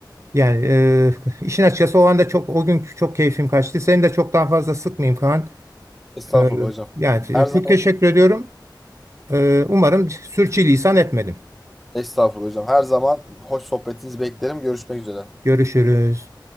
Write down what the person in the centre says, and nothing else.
Estağfurullah
hocam.
Her zaman
estağfurullah hocam. Her zaman hoş sohbetinizi beklerim. Görüşmek üzere.